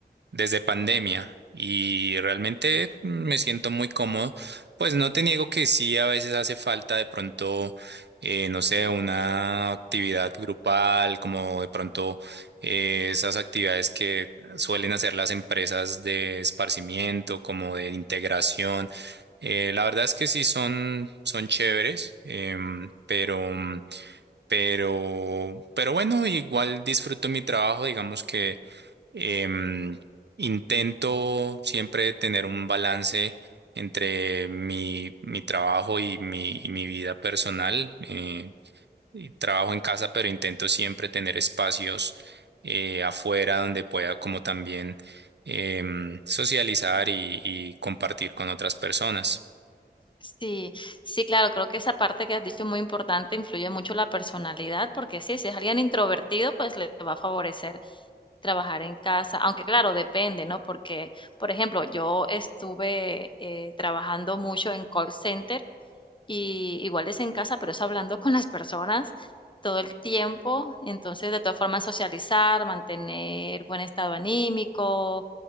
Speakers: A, on the right; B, on the left.
A: desde pandemia y realmente me siento muy cómodo. Pues no te niego que sí, a veces hace falta de pronto, eh, no sé, una actividad grupal, como de pronto eh, esas actividades que suelen hacer las empresas de esparcimiento, como de integración. Eh, la verdad es que sí son, son chéveres, em, pero, pero, pero bueno, igual disfruto mi trabajo, digamos que Em, intento siempre tener un balance entre mi, mi trabajo y mi, y mi vida personal. Eh, y trabajo en casa, pero intento siempre tener espacios eh, afuera donde pueda como también em, socializar y, y compartir con otras personas.
B: Sí, sí, claro, creo que esa parte que has dicho es muy importante, influye mucho la personalidad, porque sí, si es alguien introvertido, pues le va a favorecer trabajar en casa, aunque claro, depende, ¿no? Porque, por ejemplo, yo estuve, eh, trabajando mucho en call center Y igual es en casa, pero es hablando con las personas todo el tiempo. Entonces, de todas formas, socializar, mantener buen estado anímico,